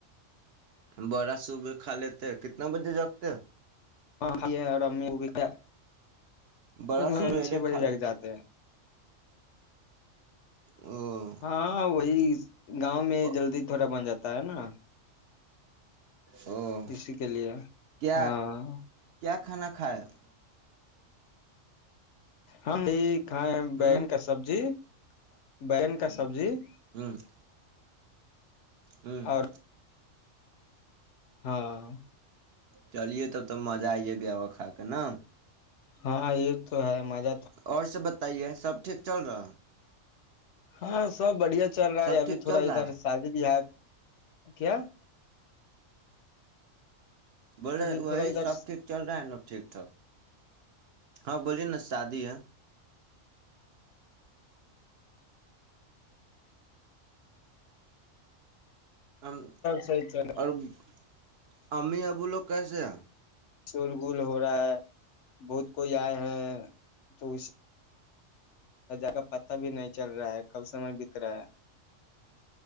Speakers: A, on the right; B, on the left.
A: بڑا صوب کھا لیتے کتنا بجے جگتے
B: ہاں بھی ہے اور امی وہ بھی کیا
A: بڑا سویرے
B: ہم چھ بجے
A: کھا لیتے
B: لگ جاتے ہیں
A: او
B: ہاں وہی <unintelligible> گاؤں میں
A: او
B: جلدی تھوڑا بن جاتا تا ہے نا <unintelligible>
A: او،
B: اسی کے لیے
A: کیا
B: ہاں <unintelligible>
A: کیا کھانا کھایا <unintelligible>
B: ہاں <unintelligible> کھائے ہیں
A: ہ
B: بیگن کا سبزی <unintelligible> بیگن کا سبزی <unintelligible>
A: ہوں <unintelligible> ہوں <unintelligible>
B: اور ہاں <unintelligible>
A: چلیے تب <unintelligible> تو مزہ آئی گیا وا کھا کے نا <unintelligible>
B: ہاں یہ تو ہے مزہ تو
A: اور سب بتائیے سب ٹھیک چل رہا ہے <unintelligible>
B: ہاں سب بڑھیا <unintelligible> چل رہا
A: سب
B: ہے ابھی
A: ٹھیک
B: تھوڑا
A: چل
B: ادھر
A: رہا ہے
B: شادی بہ <unintelligible> کیا <unintelligible>
A: بولے
B: ابھی تھوڑا
A: وہی
B: ادھر
A: سب ٹھیک چل رہا ہے نا ٹھیک ٹھاک ہاں بولیے نا شادی ہے ہم
B: صحیح چل رہا ہے.
A: اور <unintelligible> امی اپ بولو کہسے
B: شول گول ہو رہا ہے بہت کوئی آئے ہیں تو اس جا کر پتہ بھی نہیں چل رہا ہے کب سمے بیت رہا ہے <unintelligible>